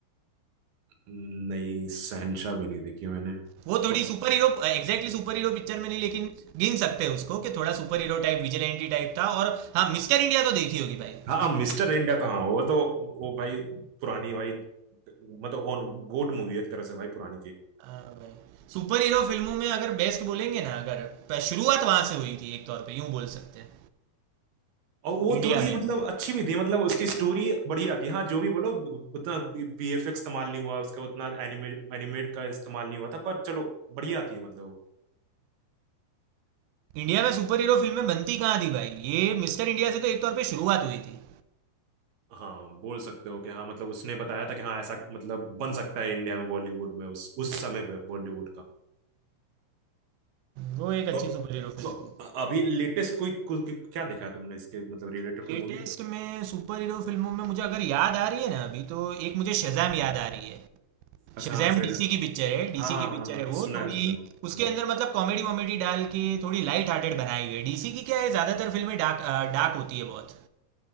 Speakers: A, on the right; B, on the right.
A: नहीं शहनशाह भी नहीं देखी मैंने
B: वो थोड़ी
A: वो-
B: superhero exactly superhero picture में नहीं लेकिन गिन सकते हैं उसको कि थोड़ा superhero type vigilante type था और हाँ मिस्टर इंडिया तो देखी होगी भाई
A: हाँ मिस्टर इंडिया तो हाँ वो तो वो भाई पुरानी भाई मतलब ऑन गोट मूवी है एक तरह से भाई पुरानी की
B: हाँ भाई सुपर हीरो फिल्मों में अगर बेस्ट बोलेंगे ना अगर प- शुरुआत वहां से हुई थी एक तौर पे यूं बोल सकते हैं
A: और वो
B: इंडिया
A: थोड़ी
B: में
A: मतलब अच्छी भी थी मतलब उसकी स्टोरी बढ़िया थी हाँ जो भी बोलो उतना बीएफएक्स इस्तेमाल नहीं हुआ उसका उतना एनिमे एनिमेट का इस्तेमाल नहीं हुआ था पर चलो बढ़िया थी मतलब
B: इंडिया में सुपर हीरो फिल्में बनती कहाँ थी भाई ये मिस्टर इंडिया से तो एक तौर पे शुरुआत हुई थी
A: हाँ बोल सकते हो कि हाँ मतलब उसने बताया था कि हाँ ऐसा मतलब बन सकता है इंडिया में बॉलीवुड में उस उस समय पे बॉलीवुड का
B: वो एक
A: तो,
B: अच्छी सुपर हीरो फिल्म
A: तो
B: थी
A: अ- अभी लेटेस्ट कोई कोई- कोई- क्या देखा है तुमने इसके मतलब रिलेटेड
B: लेटेस्ट
A: कोई मूवी
B: में सुपर हीरो फिल्मों में मुझे अगर याद आ रही है ना अभी तो एक मुझे शज़ैम याद आ रही है
A: अच्छा
B: शज़ैम
A: हाँ सैड
B: डीसी की पिक्चर है डीसी
A: हाँ हाँ
B: की पिक्चर
A: हाँ हाँ
B: है
A: सुना
B: वो थोड़ी
A: है सुना है वो
B: उसके
A: हम्म
B: अंदर मतलब कॉमेडी वॉमेडी डाल के थोड़ी लाइट हार्टेड बनाई हुई है डीसी की क्या है ज़्यादातर फिल्में डार्क डार्क होती है बहुत